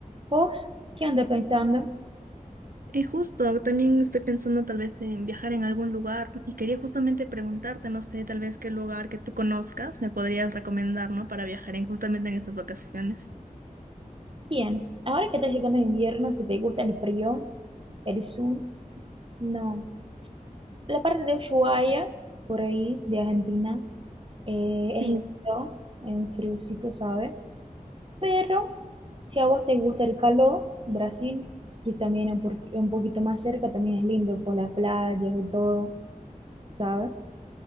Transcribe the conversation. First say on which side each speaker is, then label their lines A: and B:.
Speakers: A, on the right (about 40°); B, on the right (about 80°).
A: ¿Vos qué andas pensando?
B: Eh, justo, también estoy pensando tal vez en viajar en algún lugar y quería justamente preguntarte, no sé, tal vez qué lugar que tú conozcas me podrías recomendar, ¿no? Para viajar en justamente en estas vacaciones.
A: Bien. Ahora que está llegando el invierno, si te gusta el frío, el sur, no. La parte de Ushuaia, por ahí, de Argentina, eh,
B: Sí,
A: es lindo,
B: es-
A: es un friocito, ¿sabes? Pero si a vos te gusta el calor, Brasil, que también es un por- un poquito más cerca, también es lindo por las playas y todo, ¿sabes?